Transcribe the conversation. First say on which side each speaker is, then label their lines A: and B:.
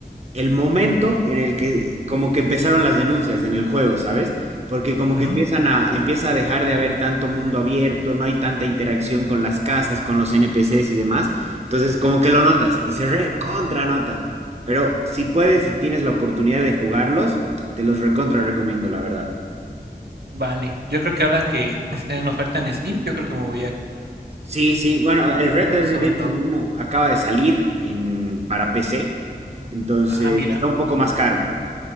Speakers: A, on the right; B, on the right.
A: el momento en el que como que empezaron las denuncias en el juego, ¿sabes? Porque como
B: ujú.
A: que empiezan a, empieza a dejar de haber tanto mundo abierto, no hay tanta interacción con las casas, con los NPCs y demás. Entonces como que lo notas y se recontra nota. Pero si puedes y tienes la oportunidad de jugarlos, te los recontra recomiendo, la verdad.
B: Vale, yo creo que ahora que esté en oferta en Steam, yo creo que me voy a comprar, este,
A: Sí, sí, bueno, el
B: el
A: Red
B: 2
A: Dead Redemption
B: sobre todo.
A: uno acaba de salir en, para PC, entonces
B: Ah, mira.
A: está un poco más caro.